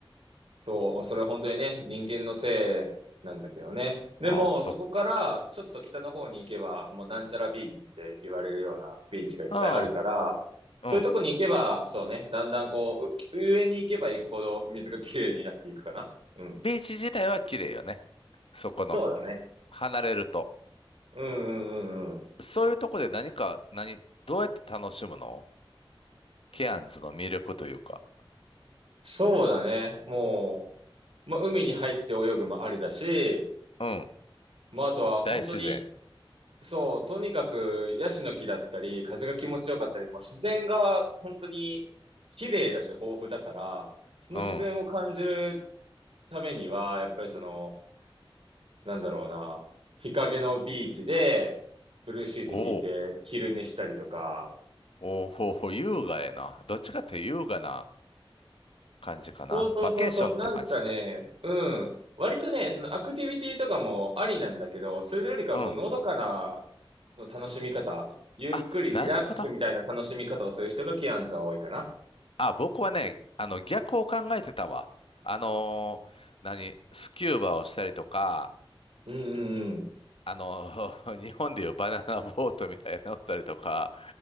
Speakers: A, on the right (about 75°); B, on the left (about 75°).
A: そう、まあ、それは本当にね、人間のせいなんだけどね。でも、
B: あ、そ、
A: そこからちょっと北の方に行けば、もうなんちゃらビーチって言われるようなビーチがいっぱいあるから、
B: うん、うん。
A: そういうとこに行けば、そうね、だんだんこう、う上に行けば行くほど水がきれいになっていくかな。うん。
B: ビーチ自体は綺麗よね。そこの、
A: そうだね。
B: 離れると。
A: うんうんうんうん。
B: そういうとこで何か、何、どうやって楽しむのケアンズの魅力というか。
A: そうだね。もう、まあ、海に入って泳ぐもありだし、
B: うん。
A: まあ、あとは本当に
B: 大自然。
A: そう、とにかくヤシの木だったり、風が気持ちよかったり、もう自然が本当に綺麗だし豊富だから、その自然を感じる
B: うん。
A: ためには、やっぱりその、なんだろうな、日陰のビーチで、ブルーシート引いて昼寝したりとか、
B: おお、おうほうほう、優雅やな。どっちかって優雅な感じかな。
A: そうそうそうそう、
B: バケーションって感じ。
A: なんかね、うん、割とね、そのアクティビティとかもありなんだけど、それよりかはこう、
B: うん。
A: のどかなその楽しみ方、ゆっくりリラックスみたいな楽しみ方をする人がキアンズは多いかな。
B: あ、なるほど。あ、僕はね、あの、逆を考えてたわ。あのー何、スキューバをしたりとか、
A: うんうん
B: あの <laughs> 日本でいうバナナボートみたいに乗ったりとか、